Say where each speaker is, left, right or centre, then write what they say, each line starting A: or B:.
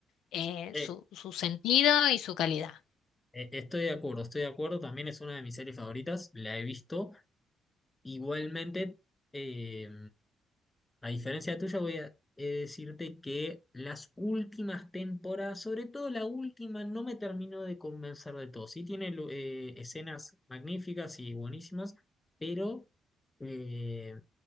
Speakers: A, on the left; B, on the left.
A: eh,
B: Eh,
A: su, su sentido y su calidad.
B: eh, Estoy de acuerdo, estoy de acuerdo. También es una de mis series favoritas, la he visto. Igualmente, eh, A diferencia tuya, voy a eh, decirte que las últimas temporadas, sobre todo la última, no me terminó de convencer de todo. Sí tiene lu- eh, escenas magníficas y buenísimas, pero eh,